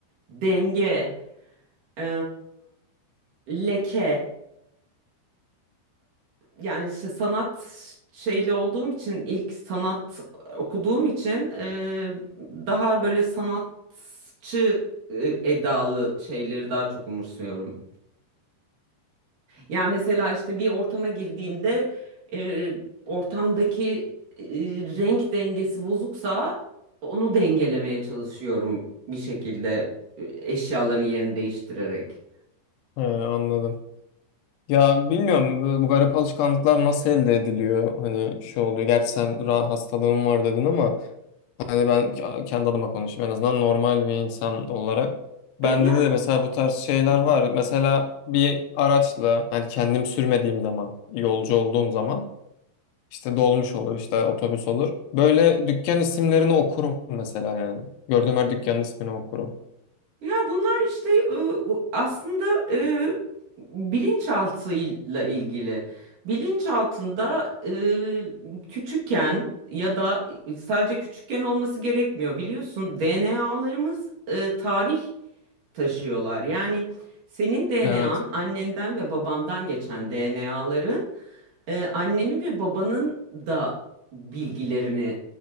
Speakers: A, on the right; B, on the left.
A: denge, e, leke yani işte sanat şeyli olduğum için ilk sanat okuduğum için e, daha böyle sanatçı e, edalı şeyleri daha çok umursuyorum. Yani mesela işte bir ortama girdiğimde e, ortamdaki e, renk dengesi bozuksa onu dengelemeye çalışıyorum bir şekilde e, eşyaların yerini değiştirerek.
B: He, anladım. Ya bilmiyorum bu bu garip alışkanlıklar nasıl elde ediliyor? Hani şu oluyor. Gerçi sen ra- hastalığın var dedin ama hani ben k- kendi adıma konuşayım. En azından normal bir insan olarak. Bende
A: E, Yani
B: de mesela bu tarz şeyler var. Mesela bir araçla hani kendim sürmediğim zaman, yolcu olduğum zaman İşte dolmuş olur, işte otobüs olur. Böyle dükkan isimlerini okurum mesela yani. Gördüğüm her dükkanın ismini okurum.
A: Ya bunlar işte e, o- aslında e, bilinçaltıyla ilgili. Bilinçaltında e, küçükken ya da sadece küçükken olması gerekmiyor. Biliyorsun DNA'larımız e, tarih taşıyorlar. Yani senin DNA'n
B: Evet.
A: annenden ve babandan geçen DNA'ların ee, annenin ve babanın da bilgilerini